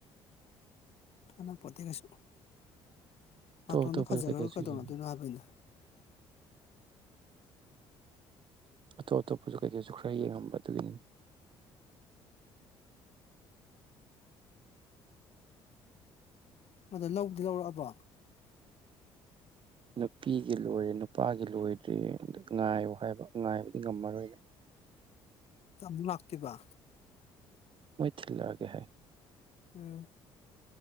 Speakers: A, on the left (about 50°); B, on the right (about 40°).
A: ꯀꯅꯥꯄꯣꯇꯦ ꯀꯩꯁꯨ
B: ꯑꯇꯣꯞ
A: ꯕꯥꯇꯣꯟꯗꯣ
B: ꯑꯇꯣꯞꯄꯁꯨ
A: ꯐꯖꯈ꯭ꯔꯒ
B: ꯀꯩꯀꯩꯁꯨ
A: ꯀꯩꯗꯧꯅꯗꯣꯏꯅꯣ
B: ꯌꯦꯡꯉꯤ
A: ꯍꯥꯏꯕꯅꯤꯗ꯫
B: ꯑꯇꯣꯞ ꯑꯇꯣꯞꯄꯁꯨ ꯀꯩꯀꯩꯁꯨ ꯈꯔ ꯌꯦꯡꯉꯝꯕ ꯑꯗꯨꯒꯤꯅꯤꯅꯦ꯫
A: ꯑꯗꯣ ꯂꯧꯕꯗꯤ ꯂꯧꯔꯛꯑꯕꯣ꯫
B: ꯅꯨꯄꯤꯒꯤ ꯂꯣꯏꯔꯦ ꯅꯨꯄꯥꯒꯤ ꯂꯣꯏꯗ꯭ꯔꯤ ꯉꯥꯏꯌꯣ ꯍꯥꯏꯕ ꯉꯥꯏꯕꯗꯤ ꯉꯝꯃꯔꯣꯏ꯫
A: ꯗꯨꯗ ꯑꯃꯨꯛ ꯂꯥꯛꯇꯣꯏꯕ꯫
B: ꯃꯣꯏ ꯊꯤꯜꯂꯛꯑꯒꯦ ꯍꯥꯏ꯫
A: ꯎꯝ꯫